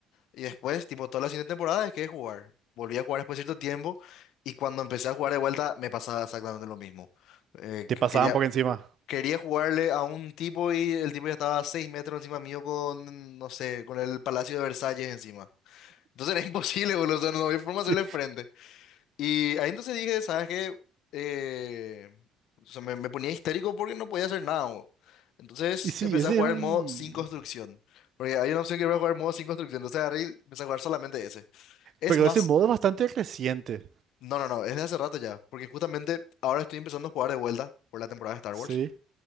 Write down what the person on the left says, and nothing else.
y después, tipo, toda la siguiente temporada dejé de jugar. Volví a jugar después de cierto tiempo y cuando empecé a jugar de vuelta me pasaba exactamente lo mismo. Eh,
qu-
quería,
quería jugarle a un tipo y el tipo ya estaba a 6 metros encima mío con, no sé, con el Palacio de Versalles encima. Entonces era <laughs> imposible, boludo, o sea, no había forma
de hacerle frente. Y ahí entonces dije, ¿sabes qué? Eh, o sea, me, me ponía histérico porque no podía hacer nada. bo. Entonces
empecé
a jugar
el modo sin construcción. Porque hay una opción que voy a jugar el modo sin construcción. Entonces agarré y empecé a jugar solamente ese. Es
más,
no, no, no, es de hace rato ya. Porque justamente ahora estoy empezando a jugar de vuelta por la temporada de Star
Wars.